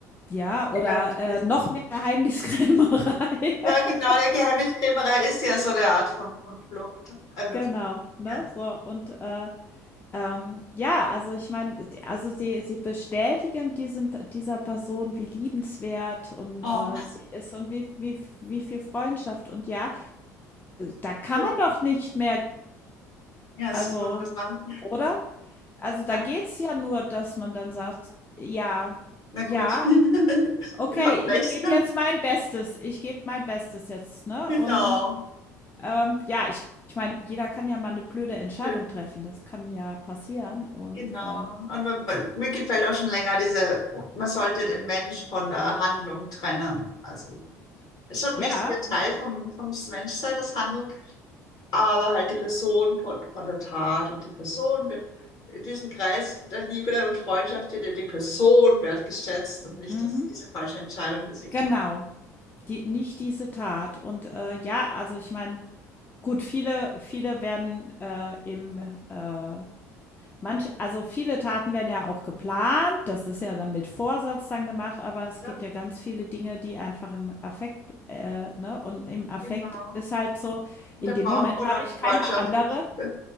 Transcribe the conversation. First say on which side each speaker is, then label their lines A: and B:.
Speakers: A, on the left; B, on the left.
A: ja, oder,
B: Eigenaggression.
A: äh, noch mehr Geheimniskrämerei.
B: Ja, genau.
A: <laughs>
B: Der Geheimniskrämerei ist ja so eine Art von, von Flucht. Also,
A: Genau,
B: so,
A: ne,
B: ja.
A: so und, äh, ähm, ja, also ich meine, d also sie sie bestätigen diesem dieser Person, wie liebenswert und,
B: Oh,
A: äh, sie ist und wie wie wie viel Freundschaft und ja, da kann
B: schön.
A: man doch nicht mehr
B: Ja,
A: also,
B: so soll man das machen.
A: oder? Also, da
B: Ah,
A: geht's ja nur, dass man dann sagt: „Ja,
B: na
A: ja,
B: gut. <laughs>
A: okay,
B: Überhaupt
A: ich
B: recht.
A: gebe jetzt mein Bestes. Ich gebe mein Bestes jetzt“, ne?
B: Genau.
A: Und, ähm, ja, ich ich meine, jeder kann ja mal eine blöde Entscheidung
B: Schön.
A: treffen. Das kann ja passieren und,
B: Genau.
A: ähm
B: Und man, man- mir gefällt auch schon länger diese, man sollte den Mensch von der Handlung trennen. Also ist schon ein
A: ja,
B: wichtiger Teil vom, vom Menschsein, das Handeln, aber halt die Person von, von der Tat und die Person wird in diesem Kreis der Liebe und Freundschaft wird ja die Person wertgeschätzt und nicht
A: mhm,
B: das, diese falsche Entscheidung, die sie getroffen
A: genau, die nicht diese Tat. Und, äh, ja, also, ich meine, gut, viele viele werden, äh, im, äh Manche also viele Taten werden ja auch geplant, das ist ja dann mit Vorsatz dann gemacht, aber es
B: hat.
A: gibt
B: Ja,
A: ja ganz viele Dinge, die einfach im Affekt äh, ne, und im Affekt
B: genau.
A: ist halt so,
B: Und
A: in
B: da braucht
A: dem Moment
B: man
A: habe
B: dann
A: ich
B: Freundschaft
A: keine andere
B: und Liebe.